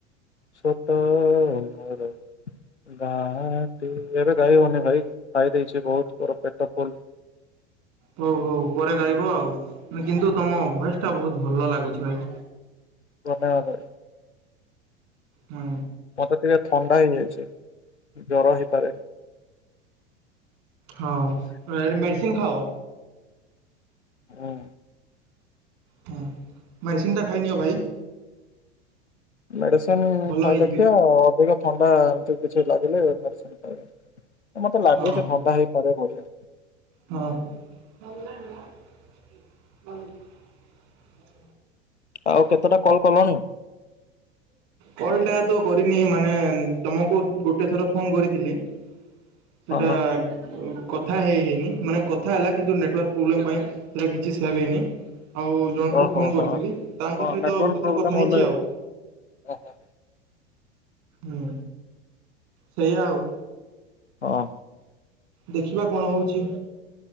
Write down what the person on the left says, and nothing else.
ଛୋଟ ମୋର ଗାଁ ଟି ଏବେ ଗାଇ ହବନି ଭାଇ ଖାଇ ଦେଇଛି ବହୁତ୍ ମୋର ପେଟ ଫୁଲ
ଧନ୍ୟବାଦ ଭାଇ।
ମତେ ଟିକେ ଥଣ୍ଡା ହେଇଯାଇଛି ଜର ହେଇପାରେ
ହଁ।
ମେଡ଼ିସିନ
ଥାଉ
ଦେଖିବା ଅଧିକ ଥଣ୍ଡା ଏମତି କିଛି ଲାଗିଲେ ମେଡ଼ିସିନ୍ ଖାଇବା ମତେ ଲାଗୁଛି
ଥଣ୍ଡା ହେଇପାରେ ବଢିଆ
ଆଉ କେତେଟା କଲ୍ କଲଣି?
ହଁ
ଓହୋ
ହଁ ହଁ
ନେଟୱାର୍କ
ପ୍ରୋବ୍ଲେମ
ହେଲେ
ଓହୋ
ହଁ।